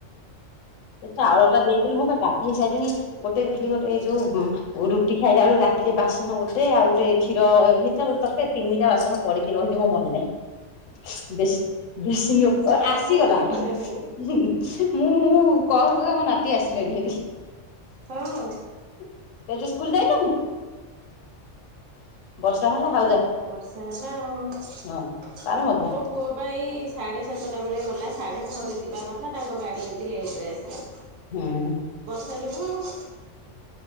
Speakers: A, on the left; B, on the right.
A: ସେ ଚାଉଳ ଟା ଦେଇଦେଲୁ ମୁଁ ତ ଗାଧେଇ ସାଇଲିଣି ଗୋଟେ ଖାଲି ଗୋଟେ ଏଇଜଉ ରୁଟି ଖାଇଲେ ବଳୁ ରାତିରେ ବାସନ ଗୋଟେ ଆଉ ଗୋଟେ କ୍ଷୀର ହେଇଥିଲା ଗୋଟେ ତରକାରି ତିନିଟା ବାସନ ପଡିକି ରହିଲି ମୋର ମନେ ନାହିଁ। <unintelligible> <unintelligible>
B: ସେ ଅଳ୍ପ
A: ଆସିଗଲା
B: ବୋଲି
A: ମୁଁ
B: ମନେ ନାହିଁ
A: ମୁଁ ଦେଖ ମୋ ନାତି ଆସିଲାଣିହାରି।
B: ହଁ।
A: ତୁ ଆଜି ସ୍କୁଲ ଯାଇନୁ ବର୍ଷା ହେଲା ହଉ ଯା।
B: ବର୍ଷା ହେଲା ଆଉ ମୋ
A: ହଁ ତାର ମଜା
B: ପୁଅ ପାଇଁ ଏଇ ସାଢେ ସାତଟା ବେଳେ ଗଲା। ସାଢ଼େ ଛଅରେ ଯିବା କଥା ତାଙ୍କ ଗାଡ଼ି ଆଜି ଲେଟରେ ଆସିଲା।
A: ହୁଁ।
B: ଫେରିବ ଆଉ